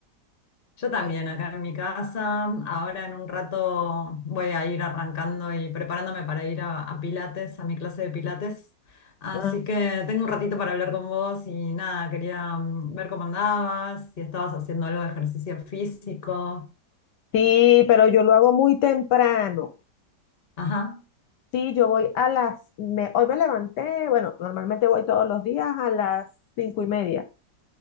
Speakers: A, on the left; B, on the left.
A: Yo también,
B: ¿Qué-
A: acá en mi casa. Ahora en un rato voy a ir arrancando y preparándome para ir a, a Pilates, a mi clase de Pilates. Así
B: Ah,
A: que tengo un ratito para hablar con vos y nada, quería mm, ver cómo andabas, si estabas haciendo algo de ejercicio físico.
B: Sí, pero yo lo hago muy temprano.
A: Ajá,
B: Sí, yo voy a las... me- hoy me levanté, bueno, normalmente voy todos los días a las cinco y media.